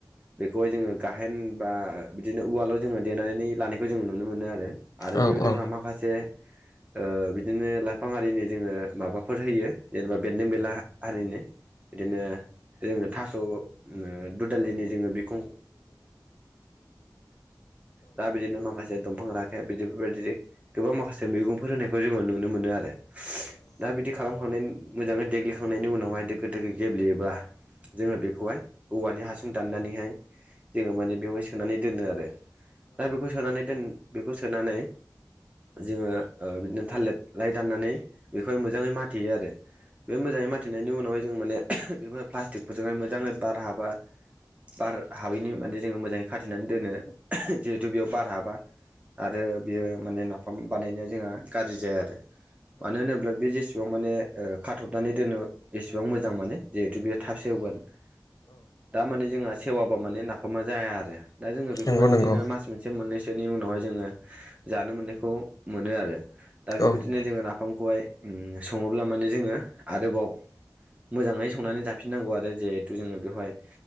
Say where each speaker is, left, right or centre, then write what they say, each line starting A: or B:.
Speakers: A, on the right (about 20°); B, on the left (about 50°).
A: बेखौहाय जोङो गाहेन बा बिदिनो उवालाव जोङो देनानै लानायखौ खौ जों नुनो मोनो आरो आरो
B: औ
A: बेयाव जोंहा
B: औ
A: माखासे ओ बिदिनो लाइफां आरिनि जोङो माबाफोर होयो। जेनेबा बेन्दों-बेनला हारिनि बिदिनो जोङो थास' ओ दुदालिप दा बिदिनो माखासे दंफां राखेब बिदिबायदि गोबां माखासे मैगंफोर होनायखौ जोङो नुनो मोनो आरो। दा बिदि खालामखांनायनि मोजाङै देग्लिखांनायनि उनावहाय दोखो दोखो गेब्लेयोबा जोङो बेखौहाय औवानि हासुं दाननानैहाय जोङो माने बेवहाय सोनानै दोनो आरो। दा बेखौ सोनानै दोन बेखौ सोनानै जोङो ओ बिदिनो थालिर लाइ दाननानै बेखौहाय मोजाङै माथेयो आरो। बे मोजाङै माथेनायनि उनावहाय जों माने बेखौहाय प्लास्टिकफोरजोंहाय मोजाङै बार हाबा बार हाबैनि माने जोङो मोजाङै खाथेनानै दोनो जिहेथु बेयाव बार हाबा। आरो बियो माने नाफाम बानायनाया जोंहा गाज्रि जाया आरो। मानो होनोब्ला बे जेसेबां माने ओ खाथबनानै दोनो एसेबां मोजां माने जिहेथु बेयो थाब सेवगोन दा माने जोंहा सेवाबा माने नाफामा जाया आरो दा जोङो बेखौहाय
B: नंगौ नंगौ
A: बिदिनो मास मोनसे मोननैसोनि उनावहाय जोङो जानो मोननायखौ मोनो आरो दा बेबायदिनो
B: औ
A: जोङो नाफामखौहाय सङोब्ला माने जोङो आरोबाव मोजाङै संनानै जाफिननांगौ आरो जिहेथु जोङो बेवहाय